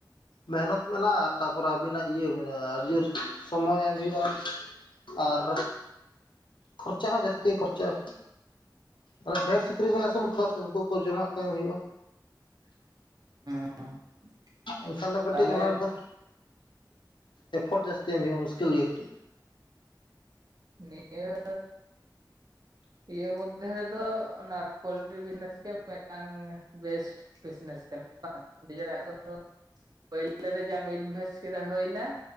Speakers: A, on the left; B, on the right.
A: ᱢᱮᱦᱱᱚᱛ ᱢᱮᱱᱟᱜᱼᱟ ᱛᱟᱨᱯᱚᱨᱮ ᱟᱵᱤᱱᱟᱜ ᱤᱭᱟᱹ ᱢᱮᱱᱟᱜᱼᱟ ᱟᱹᱰᱤ ᱡᱳᱨ ᱥᱚᱢᱚᱭ ᱮᱢ ᱦᱩᱭᱩᱜᱼᱟ᱾ ᱟᱨ ᱠᱷᱚᱨᱪᱟ ᱦᱚᱸ ᱡᱟᱹᱥᱛᱤ ᱠᱷᱚᱨᱪᱟ ᱟ ᱩᱱᱟᱹᱜ ᱰᱷᱮᱨ ᱥᱩᱠᱨᱤ ᱵᱤᱱ ᱟᱥᱩᱞ ᱠᱚ ᱩᱱᱠᱩ ᱠᱚ ᱡᱚᱢᱟᱜ ᱠᱚ ᱮᱢ ᱦᱩᱭᱩᱜᱼᱟ
B: <unintelligible>
A: ᱮᱱᱠᱷᱟᱱ ᱫᱚ ᱠᱟᱹᱴᱤᱡᱽ
B: ᱛᱟᱦᱚᱞᱮ
A: ᱚᱱᱟ ᱨᱮᱫᱚ ᱮᱯᱷᱚᱨᱴ ᱡᱟᱹᱛᱤ ᱮᱢ ᱦᱩᱭᱩᱜᱳᱼᱟ ᱢᱩᱥᱠᱤᱞ ᱜᱮ ᱠᱟᱹᱴᱤᱡᱽ
B: ᱱᱤᱭᱟᱹ ᱤᱭᱟᱹ ᱢᱚᱫᱽᱫᱷᱮ ᱨᱮᱫᱚ ᱚᱱᱟ ᱯᱚᱞᱴᱨᱤ ᱵᱤᱡᱱᱮᱥ ᱜᱮ ᱢᱤᱫᱴᱟᱝ ᱵᱮᱥᱴ ᱵᱤᱡᱱᱮᱥ ᱠᱟᱱᱟ ᱵᱟᱝ ᱱᱤᱡᱮᱨᱟᱜ ᱠᱳᱱᱳ ᱯᱳᱭᱞᱳ ᱨᱮ ᱡᱟᱢ ᱤᱱᱵᱷᱮᱥᱴ ᱠᱮᱫᱟ ᱦᱩᱭ ᱮᱱᱟ